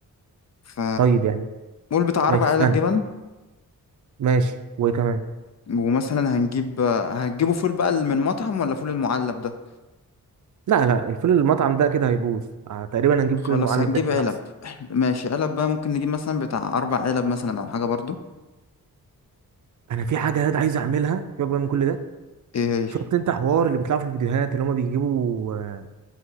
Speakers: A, on the left; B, on the right.
A: ف
B: طيب يعني
A: قول بتاع
B: ماشي
A: أربع
B: استنى
A: علب جبن
B: ماشي وايه كمان
A: ومثلا هنجيب هتجيبوا فول بقى من مطعم ولا فول المعلب ده
B: لا لا الفول المطعم ده كده هيبوظ آه تقريبا هنجيب
A: خلاص
B: فول المعلب
A: هنجيب
B: ده يكون
A: علب
B: احسن
A: <clears throat> <laughs> ماشي علب بقى ممكن نجيب مثلا بتاع اربع علب مثلا او حاجه برضو
B: انا في حاجه ياد عايز اعملها سيبك بقى من كل ده
A: ايه هي
B: شفت انت حوار اللي بيطلع في الفيديوهات اللي هما بيجيبوا آه،